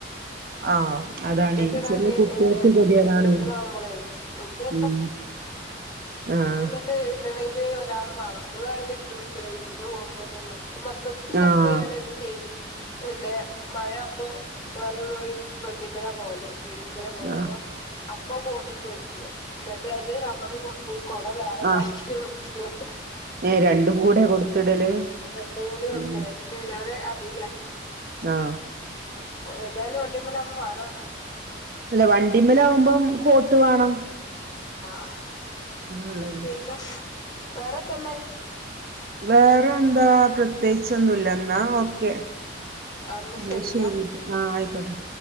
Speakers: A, on the right; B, on the left.
A: ആഹ് അതാണ്
B: ഒറ്റക്ക് ഇടാന്
A: ചെറിയ കുട്ടികൾക്ക്
B: പിന്നെ
A: വലിയതാണ്
B: ആഹ് ചെറിയ കുട്ടികളാവുമ്പോളേ വല്യ
A: ഉം. ആഹ്
B: എന്നിട്ട് ഇടണമെങ്കിൽ ഒരാൾ വേണം നമ്മൾ അതില് ഇട്ട് കൊടുക്കല്ലേ ഇവിന്ന് പോകുമ്പോ തന്നെ ഇപ്പൊ മദ്രസ്ക്- ചിലപ്പോ
A: ആഹ്
B: ഞാന എന്താ ചെയ്യല് പിന്നെ മഴയാുമ്പോ വേറെ ഒരു വണ്ടിമല പോവൽ ബൈക്ക് മ്മലാണ് പോവൽ
A: ആഹ്
B: അപ്പൊ- അപ്പ കോട്ടിട്ട് കൊടുക്കുവ എന്നിട്ട് അതില് കവറും കൊ കൊട വേറെ ബാഗിൽ
A: ആഹ്
B: നോക്കലാണ്-
A: ഏഹ് രണ്ടും കൂടെ കൊടുത്തിടല്
B: ഇട്ട കൂടി കൊടുക്ക
A: ഉം
B: ഇടാതെ അറിയില്ല-
A: ആഹ്
B: ഏതയാലും വണ്ടിമ്മൽ ആവുമ്പോൾ പകമാണ്-
A: അല്ല വണ്ടിമ്മൽ ആകുമ്പം കോട്ട് വേണം.
B: ആഹ് ആഹ്
A: ആള്ളത്
B: പിന്നെ വേറെത്തന്നല്?
A: വേറെ എന്താ പ്രത്യേകിച്ചൊന്നുംല്ല എന്നാ ഓക്കെ.
B: ആഹ് എന്നാ
A: അഹ്
B: ശരിട്ടോ
A: ശരി ആഹ് അയ്ക്കോട്ടെ